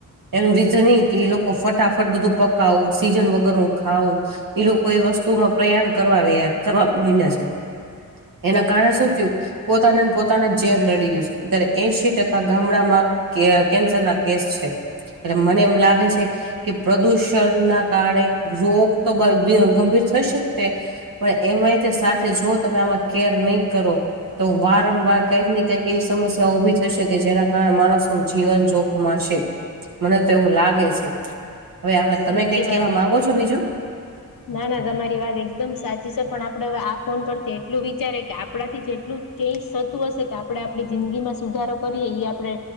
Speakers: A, on the right; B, on the left.
A: એનું રીઝન એ કે એ લોકો ફટાફટ બધું પકાવું સીઝન વગર નું ખાવ એ લોકો એ વસ્તુમાં પ્રયાણ કરવા રહ્યા કરવા મહિના છે. એના કારણે શું થયું પોતાને પોતાના ઝેર નડી ગયું અત્યારે એશી ટકા ગામડામાં કેન્સર ના કેસ છે મને એમ લાગે છે. કે પ્રદુષણ ના કારણે રોગ તો ગંભીર થઈ શકતે પણ એમાંય સાથે જો તમે આમાં કેર નહી કરો તો વારંવાર કઈક ને કંઈક એવી સમસ્યા ઉભી થશે કે જેના કારણે માણસ નું જીવન જોખમ <unintelligible> મને તો એવું લાગે છે હવે આ
B: સાચી
A: તમે કઈ કેવા
B: વાત
A: માંગો
B: છે.
A: છો બીજું
B: ના ના તમારી વાત એકદમ સાચી છે પણ આપડે હવે આ ફોન પરથી એટલું વિચારે કે આપણાથી જેટલું ચેન્જ થતું હશે કે આપડે આપણી જિંદગી માં સુધારો કરીએ એ આપડે